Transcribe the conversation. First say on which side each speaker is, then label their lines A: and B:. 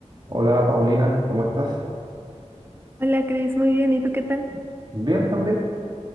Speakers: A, on the right; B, on the right.
A: Hola Paulina, ¿cómo estás?
B: Hola Cris, muy bien. ¿Y tú qué tal?
A: Bien también,